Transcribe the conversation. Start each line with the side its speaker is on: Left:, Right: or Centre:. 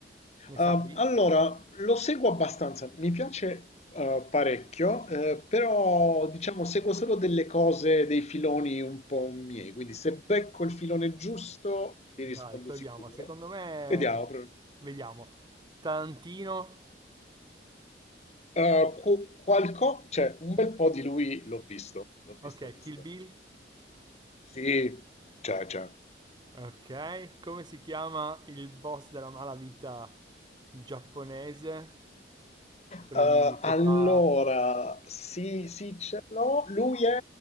Right: Ne
Left: Ah,
Right: sai?
Left: allora, lo seguo abbastanza, mi piace eh, parecchio, eh, però diciamo seguo solo delle cose, dei filoni un po' miei, quindi se becco il filone giusto ti
Right: Dai,
Left: rispondo
Right: proviamo.
Left: sicuro.
Right: Secondo me,
Left: Vediamo, però.
Right: vediamo. Tarantino,
Left: Eh, qu- qualco- cioè, un bel po' di lui l'ho visto, l'ho visto,
Right: ok,
Left: visto.
Right: Kill Bill,
Left: Sì, c'è, c'è.
Right: ok. Come si chiama il boss della malavita giapponese? Quello
Left: Eh,
Right: di- che
Left: allora,
Right: fa
Left: sì, sì, ce l'ho, lui è